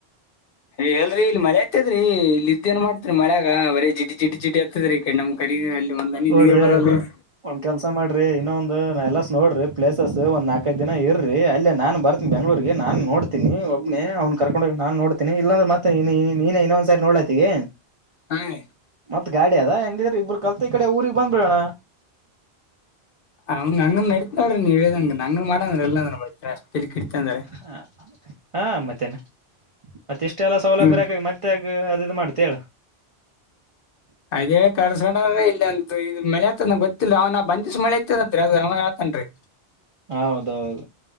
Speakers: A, on the left; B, on the right.
A: ಏ ಎಲ್ರರಿ ಇಲ್ಲಿ ಮಳೆ. <unintelligible> ಅತ್ಯದ್ರೀ ಇಲ್ಲಿ ಇದ್ದ ಏನ್ ಮಾಡ್ತೀರಿ ಮಳೆಗಾ ಬರೆ ಜಿಟಿ ಜಿಟಿ ಜಿಟಿ ಅತ್ಯದ್ರೀ ಇಕಡಿ ಕಡಿ ಅಲ್ಲಿ ಒಂದನಿ
B: ನೋಡ್ರಿ
A: ನೀರ್ ಬರಲ್ಲ ರೀ
B: ಒಂದ್ ಕೆಲ್ಸ ಮಾಡ್ರಿ ಇನ್ನೊಂದ ಎಲ್ಲಸ್ ನೋಡ್ರಿ ಪ್ಲೇಸಸ್ ಒಂದ್ ನಾಕೈದ ದಿನ ಇರ್ರರಿ ಅಲ್ಲೇ ನಾನ್ ಬರ್ತೀನಿ <inaudible> ಬೆಂಗಳೂರಿಗೆ ನಾನ್ ನೋಡ್ತೀನಿ ಒಬ್ಬನೆ ಅವನ್ ಕರಕೊಂಡ ಹೋಗಿ ನಾನು ನೋಡ್ತೀನಿ ಇಲ್ಲಂದ್ರ ಮತ್ತೆ ನೀನೇ ಇನಾಒಂದ್ಸರಿ ಸರ್ ನೋಡ್ಲಾತಿಗೆ
A: ಹಾ ರೀ
B: ಮತ್ ಗಾಡಿ ಅದ ಹೆಂಗಿದ್ರ ಇಬ್ಬರು ಕಲ್ತ್ ಈ ಕಡೆ ಊರಿಗ್ ಬಂದ್ ಬಿಡೋಣ.
A: ಹಂಗ ಹಂಗ ನಡಿತ ನೋಡ್ರಿ ನೀವ್ ಹೇಳ್ದಂಗ ಹಂಗ ಮಾಡಂಗ್ರ ಇಲ್ಲಂದ್ರ ಅಷ್ಟ್ ತೇಲಿಕೆಡಿತಂದ್ರ.
B: ಹ ಹಾ ಮತ್ತೇನ ಮತ್ತೆ ಇಷ್ಟೆಲ್ಲ ಸೌಲಭ್ಯಇರಕಾಗಿ
A: ನೀವ್
B: ಮತ್ತೆ. ಮಾತ್ಯಾಗ ಅದಿನಾ ಮಾಡ್ತಿ ಹೇಳ.
A: ಅದೇ ಕರ್ಸಕೊಂಡ್ರ ಇಲ್ಲಿಯಂತಾ ಇದು ಮಳೆ ಅತ್ಯದ್ ನನಗ ಗೊತ್ತಿಲ್ಲ ಅವನ ಬಂದಿಸ್ ಮಳೆ ಅತ್ಯದ್ದಂತ್ರಿ ಅದ ಅವ ಹೇಳತಾನ್ರಿ. <unintelligible>
B: ಹೌದೌದು